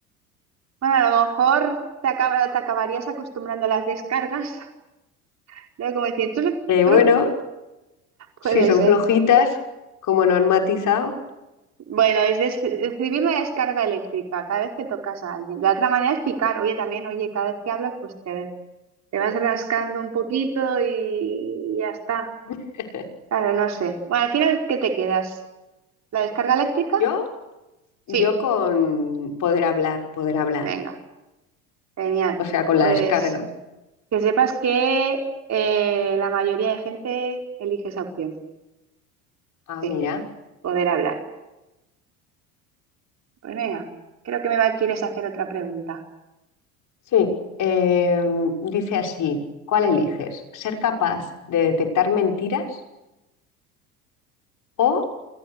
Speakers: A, on the right (about 35°); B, on the left (about 45°).
A: Bueno, a lo mejor te, acaba- te acabarías acostumbrando a las descargas, <laughs> ¿no? Como decir, "Tru,
B: Eh,
A: tru".
B: bueno,
A: puede
B: si son
A: ser.
B: flojitas, como no han matizado,
A: Bueno, es des- recibir una descarga eléctrica cada vez que tocas a alguien. La otra manera es picar. Oye, también, oye, cada vez que hablas, pues te te vas rascando un poquito y ya está.
B: <laughs>
A: Claro, no sé. Bueno, al final, ¿qué te quedas? ¿La descarga eléctrica?
B: yo, yo
A: Sí,
B: con poder hablar, poder hablar,
A: venga, genial.
B: o sea, con
A: Pues
B: la descarga.
A: que sepas que eh, la mayoría de gente elige esa opción.
B: Ah,
A: Sí,
B: mira.
A: poder hablar. Pues venga, creo que me va, quieres hacer otra pregunta.
B: Sí. Eh, dice así, ¿cuál eliges? ¿Ser capaz de detectar mentiras o